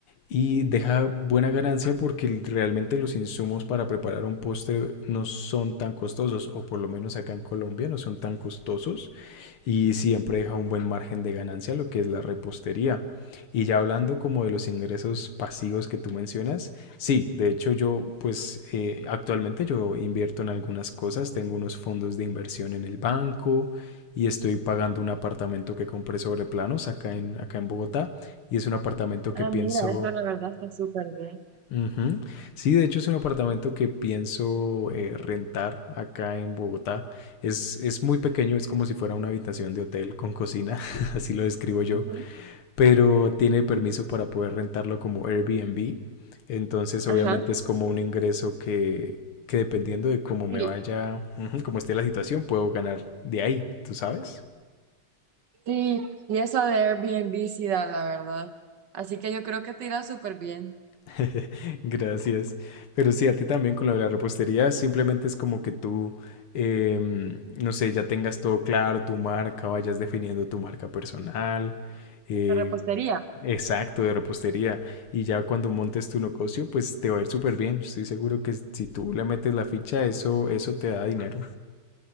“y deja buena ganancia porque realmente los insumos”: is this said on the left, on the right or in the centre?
Left